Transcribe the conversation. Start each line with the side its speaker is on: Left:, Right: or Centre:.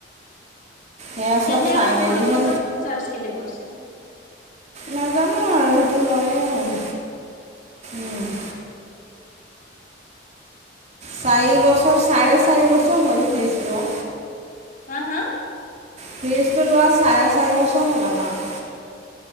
Right: সেয়া চব
Left: তেন্তে
Right: চাই
Left: আকৌ তোমালোকৰ
Right: মেলিহে
Left: পৰা চাৰ্চ কেলে কৰিছে?
Right: নাজানো আৰু সেইটো লয়ে আৰু উম। চাৰি বছৰ চাৰে চাৰি বছৰ
Left: তাকেহে
Right: হ'ল
Left: আৰু
Right: ফ্ৰীজ লোৱা
Left: হা হা
Right: ফিজটো লোৱা চাৰে চাৰি বছৰ হ'ল আমাৰ।